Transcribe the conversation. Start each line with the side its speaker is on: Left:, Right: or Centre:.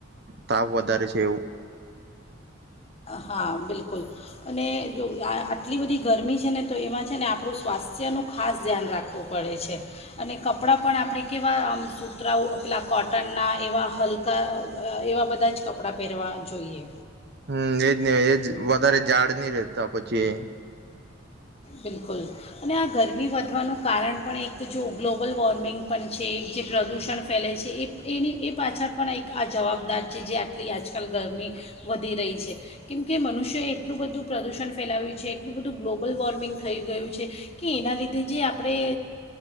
Right: તાપ વધારે છે એવું.
Left: હા, બિલકુલ અને જો આ આટલી બધી ગરમી છે ને તો એમાં છે ને આપડુ સ્વાસ્થ્યનું ખાસ ધ્યાન રાખવું પડે છે અને કપડાં પણ આપડે કેવામ સૂતરાઓ પેલા કોટનના એવા હલકા એવા બધા જ કપડાં પહેરવા જોઈએ.
Right: હમ્મ, એજને એજ વધારે ઝાડ નહી રહેેતા પછી.
Left: બિલકુલ અને આ ગરમી વધવાનું કારણ પણ એક જો ગ્લોબલ વોર્મ મીંગ પણ છે. જે પ્રદૂષણ ફેલે છે એ એની એ પાછળ પણ એક આ જવાબદાર છે જે આટલી આજકાલ ગરમી વધી રહી છે કેમ કે મનુષ્યએ એટલું બધું પ્રદૂષણ ફેલાવ્યું છે એટલું બધું ગ્લોબલ વોર્મિંગ થઈ ગયું છે કે એના લીધે જે આપણે